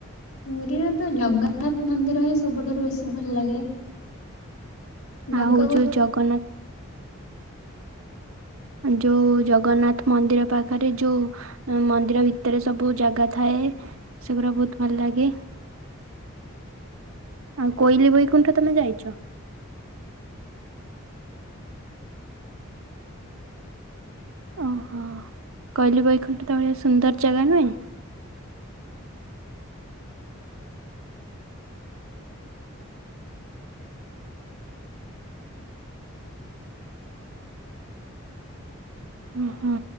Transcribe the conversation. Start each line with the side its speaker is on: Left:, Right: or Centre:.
Left: ପୁରୀର ତ ଜଗନ୍ନାଥ ମନ୍ଦିର ହିଁ ସବୁଠାରୁ ବେଶୀ ଭଲ ଲାଗେ। ଜଗାକୁ
Right: ଆଉ ଯୋଉ ଜଗନ୍ନା ଯୋଉ ଜଗନ୍ନାଥ ମନ୍ଦିର ପାଖରେ ଯୋଉ ମନ୍ଦିର ଭି ତରେ ସବୁ ଜାଗା ଥାଏ ସେଗୁଡା ବହୁତ ଭଲ ଲାଗେ। ଆଉ କୋଇଲିି ବୈକୁଣ୍ଠ ତମେ ଯାଇଛ? ଓହୋ, କୋଇଲି ବୈକୁଣ୍ଠ <unintelligible> ସୁନ୍ଦର ଜାଗା ନୁହେଁ? ହୁଁ ଓହୋ।